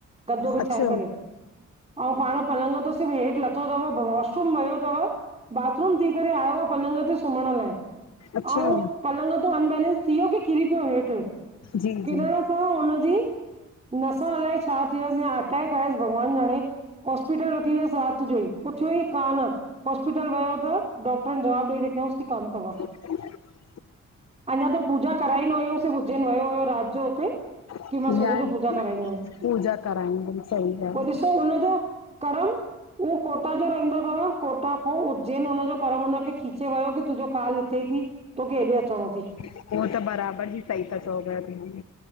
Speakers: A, on the right; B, on the left.
A: गदो बिछाए
B: अच्छा
A: करे अंउ पाण पलंग तों सिर्फ हेठि लथो थव वॉशरुम वयो थव बाथरूम थी करे आयो आ पलंग ते सुम्हण लाय
B: अच्छा
A: अंउ पलंग तों अनबेलेंस थी वियो कि किरी पियो हेठि।
B: जी
A: किरण
B: जी
A: हुनजी नस अलाए छा थियुसि या अटैक आयुसि, भॻवानु जाणे हॉस्पिटल वठी वयसि रात जो ई, उथियो ई कान। हॉस्पिटल वयो त डॉक्टरनि जवाबु ॾई रखियोंसि कि कान थव।
B: <unintelligible>
A: अंञा त पूजा कराई न हुयंउस, ह उज्जैन वयो हुयो रात जो हुते
B: इहा
A: कि मां सुबुह जो पूजा कराईंदम।
B: पूजा कराईंदमि सही ॻाल्हि
A: पो ॾिसो हुनजो करम उहो कोटा जो रहंदो थव, कोटा खो उज्जैन उनजो करर् हुनन खे खीचे वयो कि तुंहिंजो काल हितेई थई तोखे हेॾे अचणो थई।
B: उहो त बराबरि जी सही था चओ पया दीदी।